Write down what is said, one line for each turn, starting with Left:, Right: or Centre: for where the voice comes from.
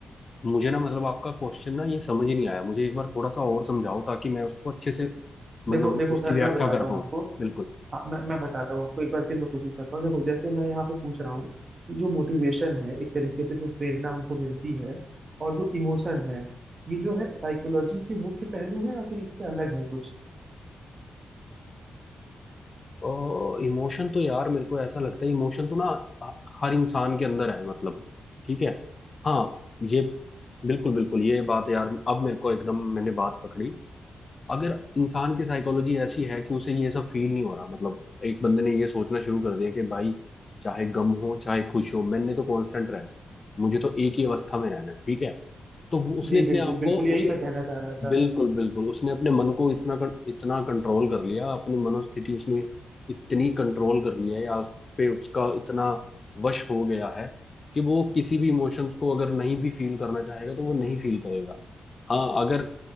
Left: मुझे ना मतलब आपका क्वेश्चन ना ये समझ ही नहीं आया मुझे एक बार थोड़ा सा और समझाओ ताकि मैं उसको अच्छे से मतलब
Right: देखो देखो
Left: उसकी
Right: मैं
Left: व्याख्या
Right: मैं बताता
Left: कर
Right: हूँ
Left: पाऊँ
Right: आपको
Left: बिल्कुल
Right: हाँ मैं मैं बताता हूँ आपको एक बार फिर मैं कोशिश करता हूँ देखो जैसे मैं यहाँ पे पूछ रहा हूँ कि जो मोटिवेशन है एक तरीके से जो प्रेरणा हमको मिलती है और जो इमोशन है ये जो है साइकोलॉजी के मुख्य पहलू है या फिर इससे अलग है कुछ
Left: और इमोशन तो यार मेरे को ऐसा लगता है इमोशन तो ना ह- हर इंसान के अंदर है मतलब ठीक है हाँ ये बिल्कुल बिल्कुल ये बात यार अब मेरे को एकदम मैंने बात पकड़ी अगर इंसान की साइकोलॉजी ऐसी है कि उसे ये सब फील नहीं हो रहा मतलब एक बंदे ने ये सोचना शुरू कर दिया कि भाई चाहे गम हो चाहे खुश हो मैंने तो कांस्टेंट रहना है मुझे तो एक ही अवस्था में रहना है ठीक है तो वो उसने
Right: जी
Left: अपने
Right: बिल्कुल
Left: आप
Right: बिल्कुल
Left: को
Right: यही
Left: उसने
Right: मैं कहना चाह रहा था
Left: बिल्कुल बिल्कुल उसने अपने मन को इतना कं, इतना कंट्रोल कर लिया अपनी मनोस्थिति उसने इतनी कंट्रोल कर लिया या उस पे उसका इतना वश हो गया है कि वो किसी भी इमोशंस को अगर नहीं भी फील करना चाहेगा तो वो नहीं फील करेगा हाँ अगर